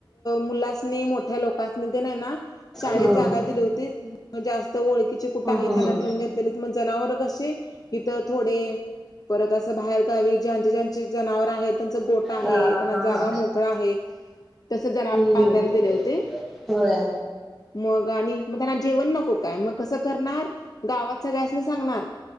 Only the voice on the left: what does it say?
मुला मोठ्या लो तासणी ते नाही ना शाळेत
जागा दिली होती जास्त ओळखचे कुठे आहेत
ठेवून घेतली मग जनावर के हिथ थोडे परत असं बाहेर गावी ज्यांचे ज्यांचे जनावर आहेत त्यांचा गोट आहे
त्यांना
जागा
मोग ड आहे तस जना
अां <inaudible> धाने दिले होते
मग आणि मग त्यांना जेवण नको काय मग कसं करणार गावात सगळ्यासनी सांगणार